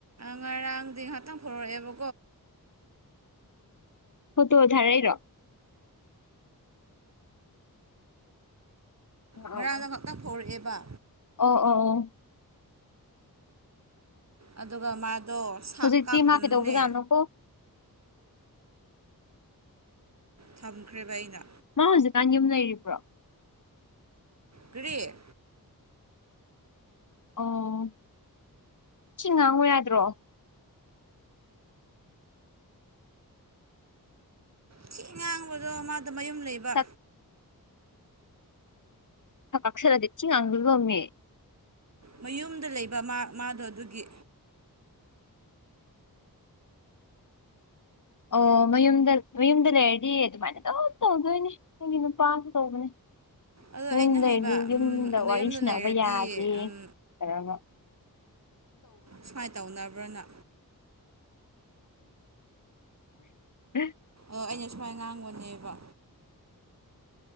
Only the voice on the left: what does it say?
ꯍꯣ ꯇꯣ ꯊꯔꯩꯔꯣ ꯑꯣ
ꯑꯣ ꯑꯣ
ꯍꯧꯖꯤꯛꯇꯤ
ꯃꯥ ꯀꯩꯗꯧꯕꯖꯥꯠꯅꯣꯀꯣ
ꯃꯥ ꯍꯧꯖꯤꯛꯀꯥꯟ ꯌꯨꯝ ꯂꯩꯔꯤꯕ꯭ꯔꯣ
ꯑꯣ ꯁꯤ ꯉꯥꯡꯕ ꯌꯥꯗ꯭ꯔꯣ
ꯁꯛ ꯊ ꯀꯥꯛꯁꯔꯗꯤ ꯑꯗꯨꯕ ꯃꯦꯌꯦꯛ
ꯑꯣ ꯃꯌꯨꯝꯗ ꯃꯌꯨꯝꯗ ꯂꯩꯔꯗꯤ ꯑꯗꯨꯃꯥꯏꯅ ꯑꯗꯨꯝ ꯇꯧꯗꯣꯏꯅꯦ ꯅꯪꯒꯤ ꯅꯨꯄꯥ ꯇꯧꯕꯅꯦ
ꯌꯨꯝꯗꯩꯗꯤ
ꯌꯨꯝꯗ
ꯋꯥꯔꯤ ꯁꯅꯕ
ꯌꯥꯗꯦ
ꯀ
ꯎꯝ